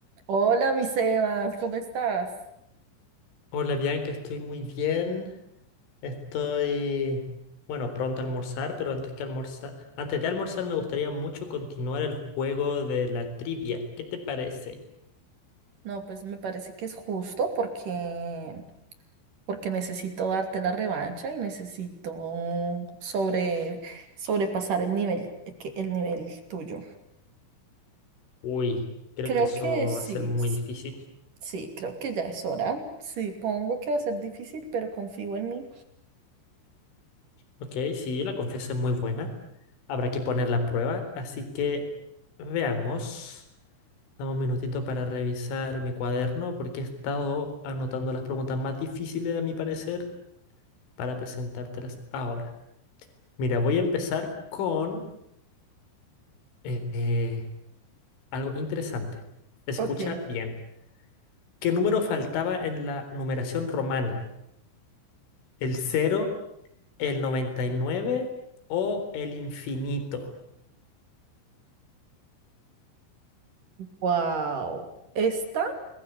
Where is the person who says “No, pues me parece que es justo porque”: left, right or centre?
Right